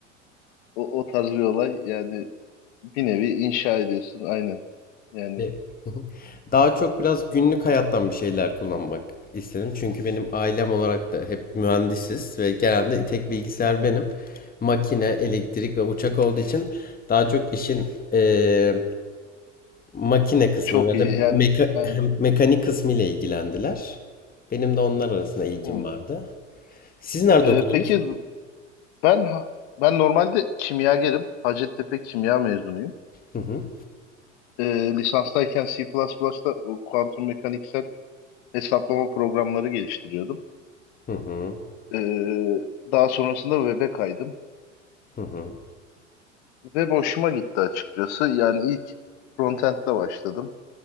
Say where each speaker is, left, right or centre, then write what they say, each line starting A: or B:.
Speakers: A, on the left; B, on the left.
A: <laughs> o, o tarz bir olay. Yani bir nevi inşa ediyorsun, aynen. Yani
B: E, <laughs> Daha çok biraz günlük hayattan bir şeyler kullanmak istedim. Çünkü benim ailem olarak da hep mühendisiz ve genelde tek bilgisayar
A: hı,
B: benim. Makine, elektrik ve uçak olduğu için daha çok işin e, makine kısmı
A: çok
B: ve
A: iyi,
B: de
A: yani
B: meka-
A: aynen.
B: hem mekanik kısmı ile ilgilendiler. Benim de onlar arasında ilgim
A: Hı.
B: vardı. Siz nerede
A: Ee,
B: okudunuz?
A: peki ben ben normalde kimyagerim. Hacettepe kimya mezunuyum.
B: Hı hı.
A: e, lisanstayken C++'da bu kuantum mekaniksel hesaplama programları geliştiriyordum.
B: Hı hı.
A: E, daha sonrasında web'e kaydım.
B: Hı hı.
A: Web hoşuma gitti açıkçası. Yani ilk frontend'le başladım.